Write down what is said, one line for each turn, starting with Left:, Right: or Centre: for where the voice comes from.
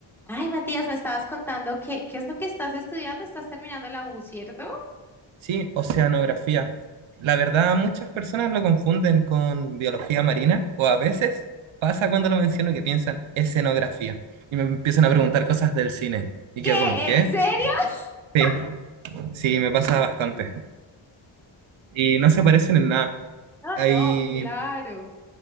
Centre: Ay, Matías, me estabas contando que, qué es lo que estás estudiando. Estás terminando la U, ¿cierto?
Right: Sí, oceanografía. La verdad, muchas personas lo confunden con biología marina o a veces pasa cuando lo menciono que piensan escenografía y me empiezan a preguntar cosas del cine y quedo
Centre: ¿Qué?
Right: como, ¿qué?
Centre: ¿En serio? <laughs>
Right: Sí, sí, me pasa bastante y no se parecen en nada.
Centre: No,
Right: Hay,
Centre: no, claro.